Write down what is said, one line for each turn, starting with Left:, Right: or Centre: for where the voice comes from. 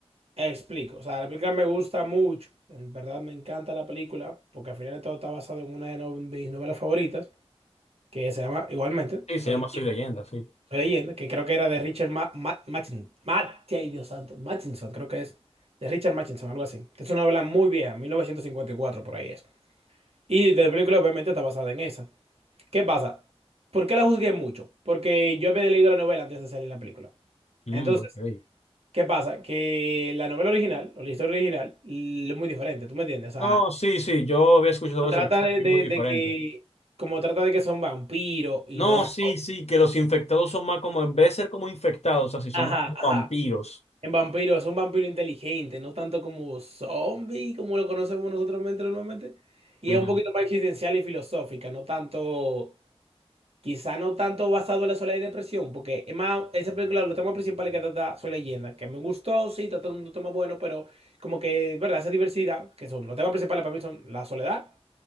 Right: Explico, o sea, la película me gusta mucho, en verdad me encanta la película, porque al final de todo está basado en una de no- mis novelas favoritas, que se llama igualmente,
Left: Sí,
Right: Soy,
Left: se llama
Right: Leyenda,
Left: Soy Leyenda, sí.
Right: Soy Leyenda, que creo que era de Richard Ma Ma- Machin- Mate- ay, Dios santo, Machinson, creo que es, de Richard Machinson, algo así. Es una novela muy vieja, 1954 por ahí es. Y la película obviamente está basada en esa. ¿Qué pasa? ¿Por qué la juzgué mucho? Porque yo había leído la novela antes de salir la película.
Left: Mm,
Right: Entonces,
Left: ok.
Right: ¿qué pasa? Que la novela original, o la historia original, l- es muy diferente, ¿tú me entiendes? O
Left: No,
Right: sea,
Left: sí, sí, yo había escuchado
Right: como
Left: eso,
Right: trata
Left: que es
Right: de, de-
Left: muy diferente.
Right: de que, como trata de que son vampiros y
Left: No,
Right: no, <laughs>
Left: sí, sí, que los infectados son más como, en vez de ser como infectados, así son
Right: ajá,
Left: más como
Right: ajá,
Left: vampiros.
Right: en vampiro es un vampiro inteligente, no tanto como zombie, como lo conocemos nosotros mente- normalmente, y
Left: Ujú.
Right: es un poquito más existencial y filosófica, no tanto Quizá no tanto basado en la soledad y depresión, porque es más, esa película, los temas principales que trata son leyenda, que me gustó, sí, trata un tema bueno, pero como que, ¿verdad? Esa diversidad, que son los temas principales para mí son la soledad,